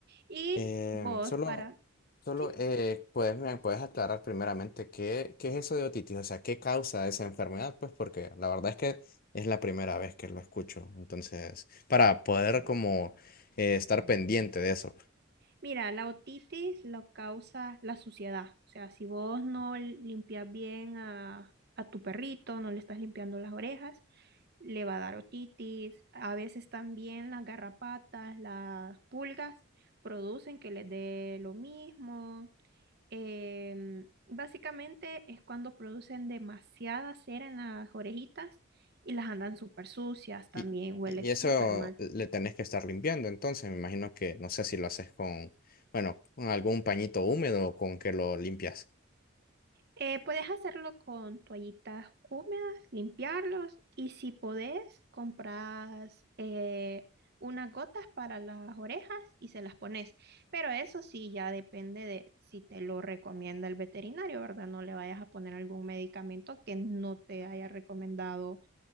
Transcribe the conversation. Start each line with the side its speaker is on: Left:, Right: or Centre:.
Right: y
Left: Eh,
Right: vos
Left: solo,
Right: para...
Left: solo
Right: sí
Left: eh, puedes, me puedes aclarar primeramente qué, qué es eso de otitis, o sea, qué causa esa enfermedad, pues porque la verdad es que es la primera vez que lo escucho, entonces, para poder como eh, estar pendiente de eso.
Right: Mira, la otitis la causa la suciedad. O sea, si vos no limpias bien a, a tu perrito, no le estás limpiando las orejas, le va a dar otitis. A veces también las garrapatas, las pulgas producen que les dé lo mismo. Em, básicamente es cuando producen demasiada cera en las orejitas y las andan súper sucias, también
Left: Y,
Right: huele
Left: y
Right: súper
Left: eso
Right: mal.
Left: le tenés que estar limpiando, entonces me imagino que no sé si lo haces con, bueno, con algún pañito húmedo o con que lo limpias.
Right: Eh, puedes hacerlo con toallitas húmedas, limpiarlos y si podés, compras eh, unas gotas para las orejas y se las pones. Pero eso sí, ya depende de si te lo recomienda el veterinario, ¿verdad? No le vayas a poner algún medicamento que no te haya recomendado